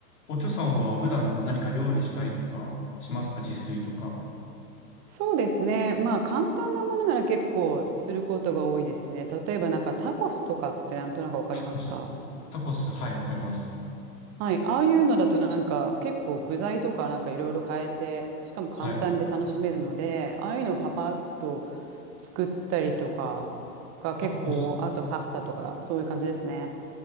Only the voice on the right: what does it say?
そうですね。まあ簡単なものなら結構することが多いですね。例えばなんかタコスとかってなんとなくわかりますか
はい。ああいうのだとなんか結構具材とかなんかいろいろ変えて、しかも簡単で楽しめるので、
ああいうのをパパッと作ったりとかが結構、
あとパスタとかそういう感じですね。